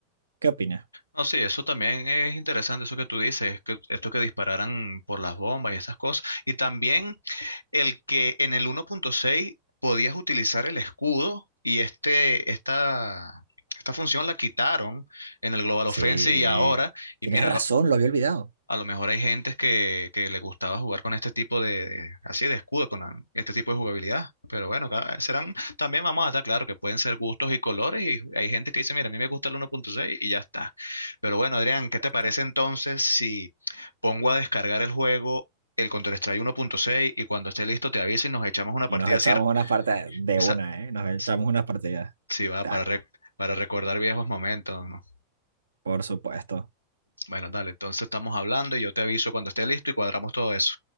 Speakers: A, on the right; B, on the left.
A: ¿Qué opinas?
B: No, sí, eso también es interesante, eso que tú dices, que esto que dispararan por las bombas y esas cosas. Y también El que en el 1.6 podías utilizar el escudo y este, esta, esta función la quitaron en el Global
A: Sí,
B: Offensive y ahora, y
A: tienes
B: mira,
A: razón,
B: lo-
A: lo había olvidado.
B: a lo mejor hay gentes que, que le gustaba jugar con este tipo de, de- así de escudo, con la- este tipo de jugabilidad. Pero bueno, cada- serán, también vamos a estar claro que pueden ser gustos y colores. Y hay gente que dice, mira, a mí me gusta el uno punto seis y ya está. Pero bueno, Adrián,
A: Y Ya
B: ¿qué te
A: está.
B: parece entonces si pongo a descargar el juego, el Counter-Strike uno punto seis y cuando esté listo te aviso y nos echamos una
A: Y
B: partida
A: nos echamos
B: así?
A: unas partidas de
B: Esa,
A: una, ¿eh? Nos echamos
B: si
A: unas partidas.
B: si va,
A: Taco,
B: para, re- para recordar viejos momentos, ¿no?
A: por supuesto.
B: Bueno, dale, entonces estamos hablando y yo te aviso cuando esté listo y cuadramos todo eso.